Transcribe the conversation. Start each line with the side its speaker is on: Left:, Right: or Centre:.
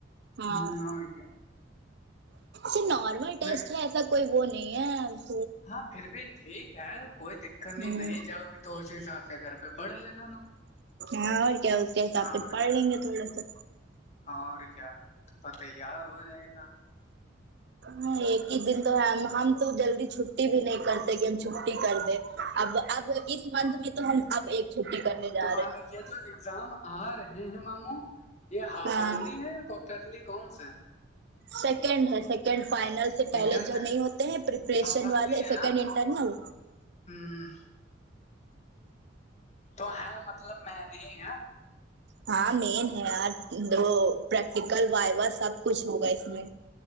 Left: ہ
Right: ہاں
Left: اور کیا
Right: ا نارمل ٹیسٹ
Left: نہیں
Right: ہے ایسا کوئی وہ نہیں ہے
Left: ہاں پھر بھی ٹھیک ہے کوئی دقت نہیں
Right: ہ
Left: نہیں جاؤ گی تو اسی حساب سے گھر پہ پڑھ لینا
Right: ہاں اور کیا اس کے
Left: نا
Right: حساب
Left: اور
Right: پھر پڑھ
Left: کیا
Right: لیں گے تھوڑا سا
Left: اور کیا پ تیار ہو جائے گا
Right: ہاں ایک ہی دن تو ہے ہم تو جلدی چھٹی بھی نہیں کرتے کہ ہم چھٹی کر دیں اب اب اس منتھ میں تو ہم اب ایک چھٹی کرنے جا
Left: ت
Right: رہے ہیں
Left: یہ جو ایگزام آ رہے ہیں ماموں یہ ہافرلی
Right: ہاں
Left: ہے کوٹرلی کون سا ہے
Right: سیکنڈ ہے سیکنڈ فائنل
Left: سیکنڈ
Right: پہلے جو
Left: ہے
Right: نہیں ہوتے ہیں پپریشن
Left: ہافرلی
Right: والے
Left: ہے
Right: سیکنڈ انٹرنل ہوں
Left: ہ تو ہے مطلب میں نہیں ہے
Right: ہاں مین ہے یار دو پریکٹیکل وائوا سب کچھ ہوگا اس میں